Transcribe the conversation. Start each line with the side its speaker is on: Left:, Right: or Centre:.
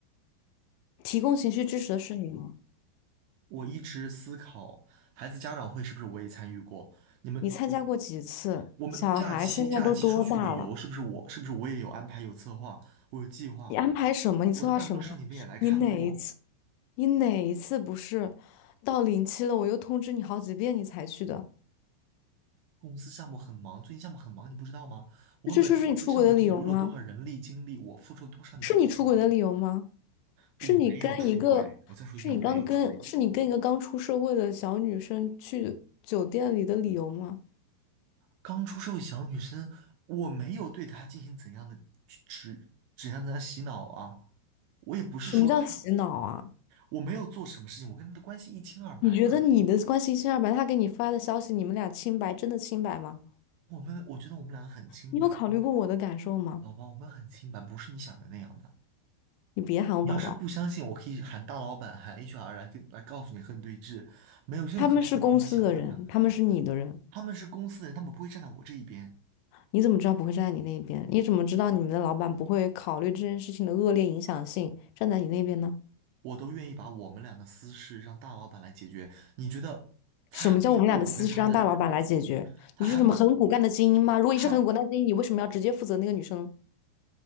Left: 提供情绪支持的是你吗？
Right: 我一直思考，孩子家长会是不是我也参与过？你们
Left: 你参加过几次？
Right: 我们假期假期出去旅游，
Left: 小孩现在都多大了？
Right: 是不是我是不是我也有安排有策划，我有计划。
Left: 你安排什么？你策划什么？
Right: 我的办公室你们也来看过，
Left: 你哪一次？你哪一次不是到临期了，我又通知你好几遍你才去的？
Right: 公司项目很忙，最近项目很忙，你不知道吗？我们本身这个项目投入了多少人力精力，
Left: 那这就是你出轨的理由吗？
Right: 我付出了多少，你不知道。
Left: 是你出轨的理由吗？
Right: 我没有出轨，
Left: 是你跟一个，
Right: 我再说一遍，
Left: 是你刚跟，
Right: 我没有出轨。
Left: 是你跟一个刚出社会的小女生去酒店里的理由吗？
Right: 刚出社会小女生，我没有对她进行怎样的指怎样的洗脑啊，我也不是说她，
Left: 什么叫洗脑啊？
Right: 我没有做什么事情，我跟她的关系一清二白的。
Left: 你觉得你的关系清二白，他给你发的消息，你们俩清白，真的清白吗？
Right: 我们我觉得我们俩很清白。
Left: 你有考虑过我的感受吗？
Right: 老板，我们很清白，不是你想的那样的。
Left: 你别喊我宝宝，
Right: 你要是不相信，我可以喊大老板，喊 HR 来跟来告诉你和你对峙，没有任何事情是你想的那样。
Left: 他们是公司的人，他们是你的人。
Right: 他们是公司的人，他们不会站在我这一边，
Left: 你怎么知道不会站在你那一边？你怎么知道你们的老板不会考虑这件事情的恶劣影响性，站在你那边呢？
Right: 我都愿意把我们俩的私事让大老板来解决。你觉得他还会因为我跟他的，
Left: 什么叫我们俩的私事让大老板来解决？
Right: 他还会，
Left: 你是什么很骨干的精英吗？如果你是很骨干的精英，
Right: 他
Left: 你为什么要直接负责那个女生？